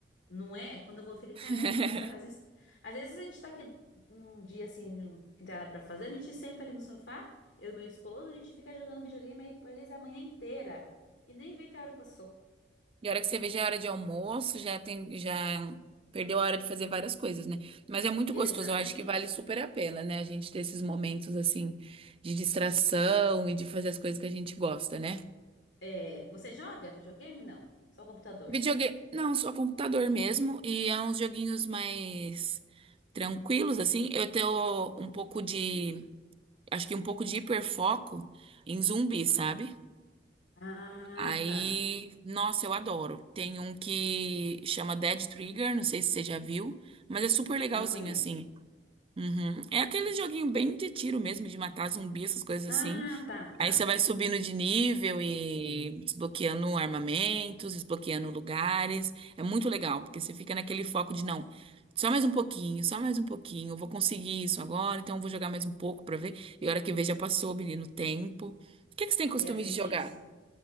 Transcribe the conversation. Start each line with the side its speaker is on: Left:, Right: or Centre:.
Left: Não é? Quando eu vou, eu falei,
Right: <laughs>
Left: caramba, a gente já, às vezes, às vezes a gente tá aqui um dia assim, que dá pra fazer, a gente senta ali no sofá, eu e meu esposo, a gente fica jogando videogame aí, às vezes a manhã inteira. E nem vê que a hora passou.
Right: E a hora que você vê, já é hora de almoço, já tem, já perdeu a hora de fazer várias coisas, né? Mas é muito
Left: Exatamente.
Right: gostoso, eu acho que vale super a pena, né? A gente ter esses momentos assim de distração e de fazer as coisas que a gente gosta, né?
Left: É, você joga videogame? Não, só o computador.
Right: Videogame, não, só computador mesmo e é uns joguinhos mais tranquilos assim. Eu tenho um pouco de, acho que um pouco de hiperfoco em zumbi, sabe?
Left: Ah,
Right: Aí,
Left: tá.
Right: nossa, eu adoro. Tem um que chama Dead Trigger, não sei se você já viu, mas é super legalzinho
Left: Não conheço.
Right: assim. Uhum. É aquele joguinho bem de tiro mesmo, de matar zumbi, essas coisas assim.
Left: Ah, tá, tá.
Right: Aí você vai subindo de nível e desbloqueando armamentos, desbloqueando lugares. É muito legal, porque você fica naquele foco de não, só mais um pouquinho, só mais um pouquinho, eu vou conseguir isso agora, então eu vou jogar mais um pouco pra ver. E a hora que vê já passou, menino, o tempo. O que é que você tem costume
Left: É assim
Right: de jogar?
Left: mesmo.